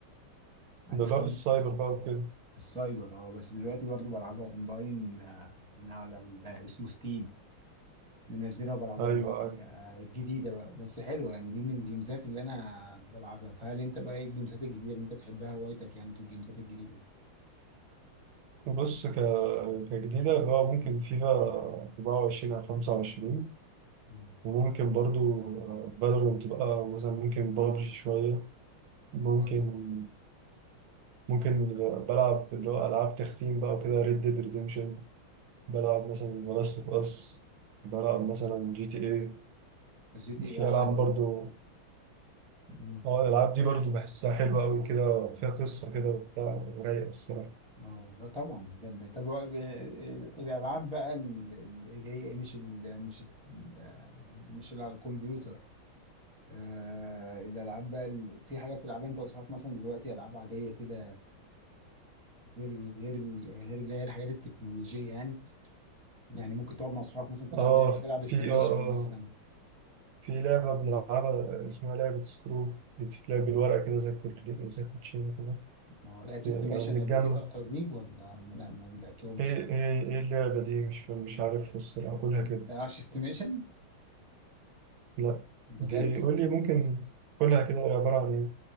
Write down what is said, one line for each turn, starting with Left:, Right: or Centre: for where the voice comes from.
Centre: عارف
Right: ده اللي
Centre: كام
Right: هو في السايبر بقى وكده
Centre: في السايبر اه بس دلوقتي برضه بلعبها اونلاين آه، من على ال- آه، اسمه ستيم منزلها وبلعبها
Right: ايوه
Centre: اونلاين آه، جديده بقى بس حلوه يعني دي من الجيمزات اللي انا بلعبها فهل انت بقى ايه الجيمزات الجديده اللي انت بتحبها هوايتك يعني في الجيمزات الجديده؟
Right: بص ك... كجديدة اللي هو ممكن فيفا 24 أو 25
Centre: مم.
Right: وممكن برضو فالورنت بقى مثلا ممكن بابجي شوية ممكن
Centre: برضه
Right: ممكن بلعب اللي هو ألعاب تختيم بقى وكده ريد ديد ريديمشن بلعب مثلا ذا لاست اوف اس بلعب مثلا جي تي اي
Centre: جي تي
Right: في
Centre: اي عندي
Right: ألعاب برضو
Centre: مم.
Right: اه الألعاب دي برضو بحسها حلوة أوي كده فيها قصة كده وبتاع ورايقة الصراحة
Centre: اه لا طبعا ده بداية طب هو- آه، آه، الالعاب بقى ال- ال- اللي هي إيه، مش ال مش ال آه، مش اللي على الكمبيوتر آه الالعاب بقى ال- في حاجه بتلعبها انت واصحابك مثلا دلوقتي العاب عاديه كده غير ال- غير ال- غير اللي هي الحاجات التكنولوجيه يعني يعني ممكن تقعد مع اصحابك مثلا تلعب
Right: اه
Centre: لعبه تلعب
Right: في
Centre: استيميشن
Right: اه آه،
Centre: مثلا
Right: آه. في لعبة بنلعبها اسمها لعبة سكرو دي بتتلعب بالورقة كده زي الكوتشي- زي الكوتشينة كده
Centre: ما هو لعبت
Right: لما
Centre: استيميشن
Right: بنتجمع
Centre: قبل كده وترنيب ولا لا ما لعبتهمش
Right: ايه ايه ايه اللعبة دي مش فا- مش عارف الصراحة قولها
Centre: ما
Right: كده
Centre: بتلعبش استيميشن
Right: لا
Centre: بجد
Right: دي ايه
Centre: والله
Right: قول لي ممكن قولها كده هي عبارة عن ايه